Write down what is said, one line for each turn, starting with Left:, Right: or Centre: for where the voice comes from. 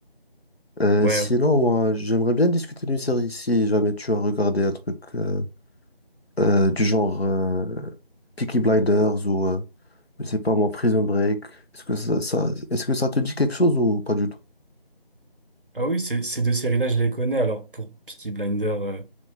Left: Euh,
Right: Ouais.
Left: sinon, moi, j'aimerais bien discuter d'une série si jamais tu as regardé un truc euh, euh, du genre euh, Peaky Blinders ou, euh, je sais pas moi, Prison Break. Est-ce que ça, ça- est-ce que ça te dit quelque chose ou pas du tout?
Right: Ah oui, ces, ces deux séries-là, je les connais. Alors pour Peaky Blinder, euh,